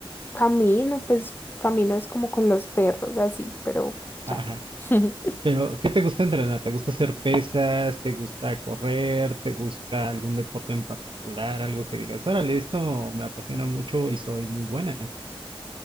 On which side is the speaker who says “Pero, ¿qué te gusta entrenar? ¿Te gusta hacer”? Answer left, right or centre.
Right